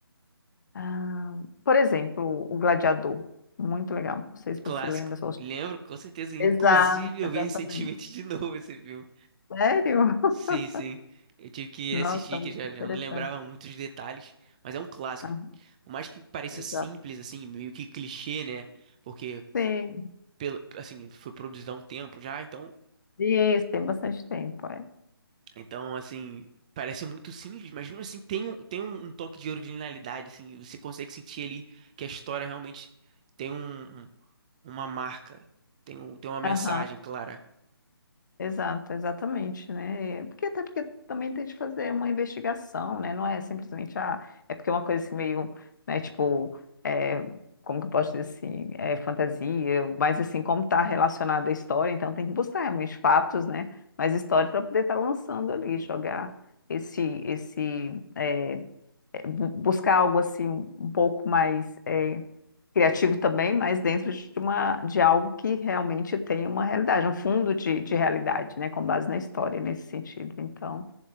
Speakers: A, on the left; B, on the right.
A: Ah, por exemplo, O Gladiador, muito legal, não sei
B: Um
A: se
B: clássico.
A: você lembra,
B: Lembro, com certeza. Inclusive,
A: Exato,
B: eu
A: exatamente.
B: vi recentemente <laughs> de novo esse filme.
A: Sério? <laughs>
B: Sim, sim. Eu tive que
A: Nossa,
B: assistir, que
A: muito
B: já,
A: interessante.
B: já não lembrava muitos detalhes. Mas é um clássico.
A: Aham,
B: Por mais que pareça
A: exato.
B: simples, assim, meio que clichê, né? Porque,
A: Sim,
B: pelo, assim, foi produzido há um tempo já, então
A: isso, tem bastante tempo, é.
B: Então, assim, parece muito simples, mas mesmo assim tem, um- tem um, um toque de originalidade, assim, você consegue sentir ali que a história realmente tem um, um- uma marca, tem, um, tem uma mensagem
A: Aham,
B: clara.
A: exato, exatamente, né? É, Porque até porque também tem de fazer uma investigação, né? Não é simplesmente, ah, é porque é uma coisa assim meio, né, tipo, é, como que eu posso dizer assim, é fantasia, mas assim, como está relacionada à história, então tem que buscar realmente fatos, né? Mas história para poder estar lançando ali, jogar esse, esse é, buscar algo assim um um pouco mais eh, criativo também, mas dentro de uma de algo que realmente tem uma realidade, um fundo de, de realidade, né, com base na história nesse sentido. Então,